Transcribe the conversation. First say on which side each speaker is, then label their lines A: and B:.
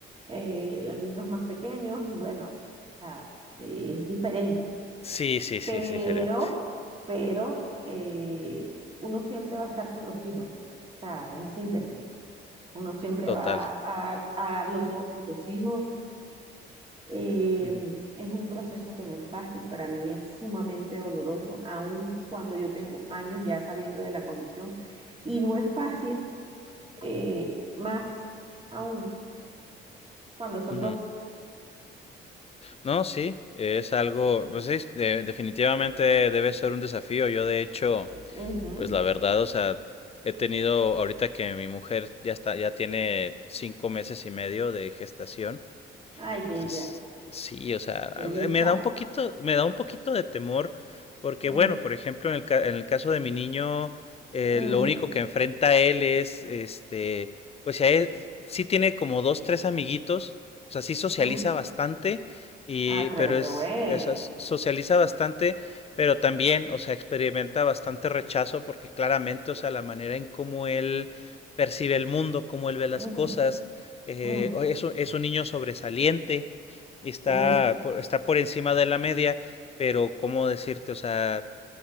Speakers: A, on the right; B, on the left.
A: eh, niños más pequeños y bueno, o sea, eh, es diferente,
B: Sí, sí, sí,
A: pero,
B: es diferente.
A: pero eh, uno siempre va a estar por los hijos, o sea, en síntesis. Uno siempre
B: Total.
A: va a, dar- a darlo todo por los hijos. Eh,
B: Ujú,
A: es un proceso que no es fácil, para mí es sumamente doloroso, aun cuando yo tengo años ya sabiendo de la condición. Y no es fácil, eh, más aún cuando son
B: ujú.
A: dos.
B: No, sí, es algo, pues sí, de- definitivamente debe ser un desafío. Yo de hecho,
A: Ujú.
B: pues la verdad, o sea, he tenido ahorita que mi mujer ya está, ya tiene cinco meses y medio de gestación.
A: Ay, bella,
B: Es- Sí, o sea, a-
A: qué dicha.
B: me da un poquito, me da un poquito de temor porque,
A: Mm,
B: bueno, por ejemplo, en el, ca- en el caso de mi niño, eh,
A: mm,
B: lo único que enfrenta él es, este, pues si a sí tiene como dos, tres amiguitos, o sea, sí socializa
A: mm.
B: bastante, y,
A: Ay,
B: pero
A: pero
B: es,
A: qué bueno.
B: o sea, s- socializa bastante, pero también, o sea, experimenta bastante rechazo porque claramente, o sea, la manera en cómo él percibe el mundo, cómo él ve las
A: Mm,
B: cosas eh,
A: mm,
B: o es, un- es un niño sobresaliente, está
A: mm.
B: por, está por encima de la media, pero ¿cómo decirte? O sea,